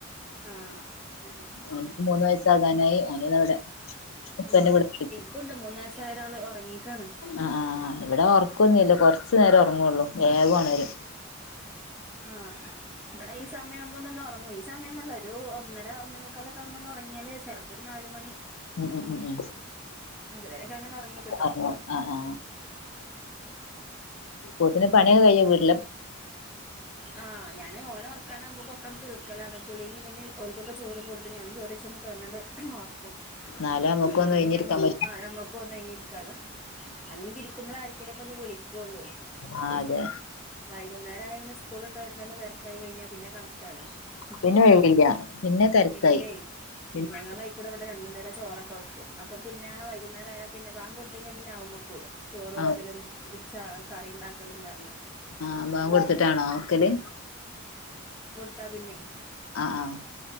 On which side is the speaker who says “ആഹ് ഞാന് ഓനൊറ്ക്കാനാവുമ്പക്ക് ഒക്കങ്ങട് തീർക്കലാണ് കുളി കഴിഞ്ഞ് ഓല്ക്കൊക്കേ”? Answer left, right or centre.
Centre